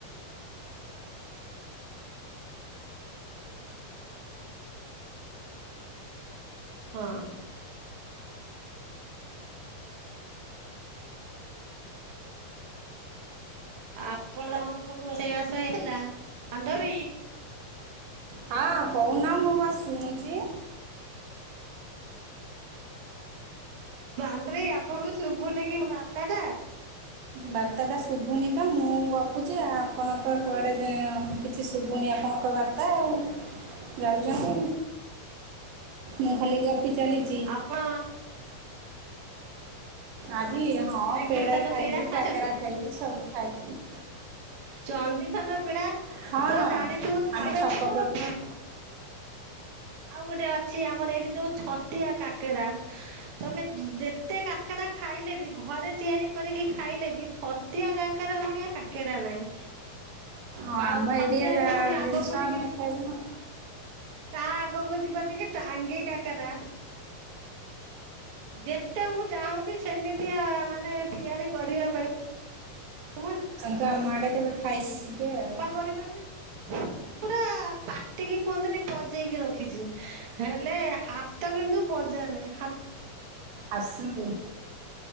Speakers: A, on the right; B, on the right.
A: ହଁ। ଆପଣ ସବୁ ରୋଷେଇ ବାସ ହେଇଥିଲା ବାନ୍ଧବୀ?
B: ହଁ କହୁନା ମୁଁ ବା ଶୁଣୁଛି?
A: ବାନ୍ଧବୀ ଆପଣଙ୍କୁ ଶୁଭୁନି କି ବାତା ଟା?
B: ବାର୍ତ୍ଟା ଶୁଭୁନି କ ମୁଁ ଗପୁଛି ଆପଣ ତ କୁଆଡ଼େ କିଛି ଶୁଭୁନି ଆ କଣଙ୍କ ବାର୍ତ୍ତା ଆଉ ଯାଉଛନ୍ତି ମୁଁ ଖାଲି ଗପି ଚାଲିଚି।
A: ଆପଣ
B: ଆଜି ହଁ
A: ଆଜ୍ଞା
B: ପେଡା
A: ଖାଲ
B: ଖାଇଛି,
A: ଖାଇଛନ୍ତି
B: କାକେରା ଖାଇଛି, ସବୁ ଖାଇଛି।
A: ଚନ୍ଦିଖାଲ ପେଡା
B: ହଁ
A: ତ ଜାଣିଥିବ ଖାଇବା
B: ଆମ ଛକ ପାଖ
A: ପୁ <inaudible> ଆଉ ଗୋଟେ ଅଛି ଆମର ଏଇଠି ଯୋଉ ଛତିଆ କାକରା ତମେ ଯେତେ କାକରା ଖାଇଲେ ବି ଘରେ ତିଆରି କରିକି ଖାଇଲେ ବି ଛତିଆ କାକେରା ଭୁଣିଆ କାକେରା ନାଇଁ।
B: ହଁ ଆମ
A: <inaudible> ଛତିଆରୁ
B: ଏରିଆ ଯା-
A: ପୁଣି ଆଗକୁ
B: ଜିନିଷ
A: ଟିକେ
B: ଆମେ ଖାଇବୁ ନା
A: ତା ଆଗକୁ ଯିବା ଟିକେ ଟାଙ୍ଗି କାକରା। ଯେତେ ମୁଁ ଚାହୁଁଛି ସେମିତିଆ ମାନେ ତିଆରି କରିବା ପାଇଁ ମୁଁ
B: ତା ଆମ ଆଡ଼େ କେବେ ଖାଇକି।
A: <inaudible>
B: ଆଉ
A: କରିପାରୁନି ପୁରା ପା ଟିକି କୁହନ୍ତିନି ପଜେଇକି ରଖିଛି ହେଲେ ହାତ କିନ୍ତୁ ପଜା ନାହିଁ। ହା
B: ଆସନ୍ତୁ।